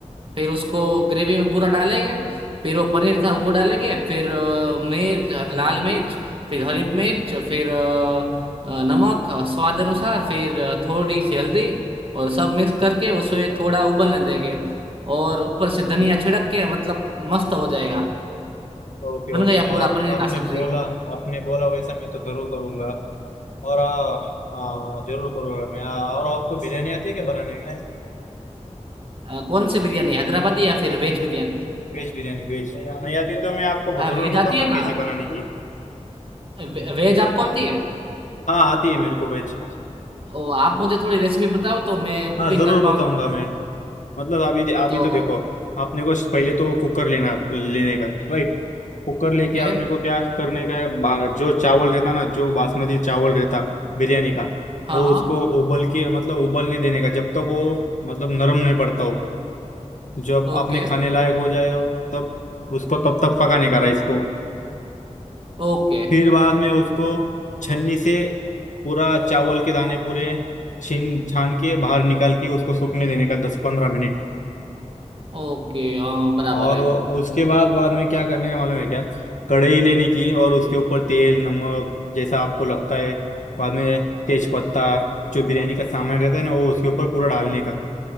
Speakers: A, on the right; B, on the left.
A: फिर उसको ग्रेवी में पूरा डालेंगे फिर वो पनीर था वो डालेंगे फिर अ, मिर्च लाल मिर्च फिर हरी मिर्च फिर अ, अ, नमक स्वाद अनुसार फिर अ, थोड़ी सी हल्दी और सब मिक्स करके उसे थोड़ा उबलने देंगे और ऊपर से धनिया छिड़क के मतलब मस्त हो जाएगा
B: ओके ओके
A: बन गया
B: मैं
A: पूरा
B: आप
A: पनीर
B: आपने
A: का सब्जी
B: बोला आपने बोला वैसा मैं तो जरूर करूंगा और आ, हाँ जरूर करूंगा मैं आ, और आपको बिरयानी आती है क्या बनाने में
A: अ, कौन सी बिरयानी हैदराबादी या फिर वेज बिरयानी
B: वेज बिरयानी वेज नहीं आती तो मैं आपको
A: हाँ वेज
B: जरूर
A: आती
B: बताऊंगा
A: है ना
B: कैसे बनाने की
A: वे, वेज आपको आती है
B: हाँ आती है मेरे को वेज
A: ओ आप मुझे थोड़ी रेसिपी बताओ तो मैं
B: हाँ
A: कुकिंग
B: जरूर
A: कर
B: बताऊंगा
A: पाऊँ
B: मैं मतलब अभी अभी
A: तो
B: तो देखो आपने को पहले तो कुकर लेना लेने का राइट कुकर लेके
A: ओके
B: आपने को क्या करने का है बा- जो चावल रहता ना जो बासमती चावल रहता बिरयानी का
A: हाँ
B: वो
A: हाँ
B: उसको उबल के मतलब उबलने देने का जब तक वो मतलब नरम नहीं पड़ता हो जब
A: Okay
B: आपने खाने लायक हो जाए हो तब उसको तब तक पकाने का राइस को
A: okay
B: फिर बाद में उसको छन्नी से पूरा चावल के दाने पूरे छीन छान के बाहर निकाल के उसको सूखने देने का दस पंद्रह मिनट
A: okay हाँ बराबर
B: और
A: है
B: वो- उसके बाद बाद में क्या करने का मालूम है क्या कढ़ाई लेने की और उसके ऊपर तेल नमक जैसा आपको लगता है बाद में तेज पत्ता जो बिरयानी का सामान रहता है ना वो उसके ऊपर पूरा डालने का